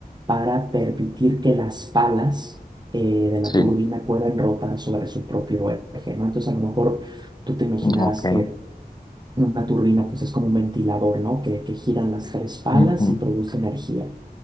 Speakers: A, on the right; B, on the left.
A: para permitir que las palas eh, de la
B: sí,
A: turbina puedan rotar sobre su propio eje, ¿no? Entonces, a lo mejor tú te imaginarás
B: ok.
A: que una turbina, pues, es como un ventilador, ¿no? Que, que giran las tres palas
B: Ujú.
A: y produce energía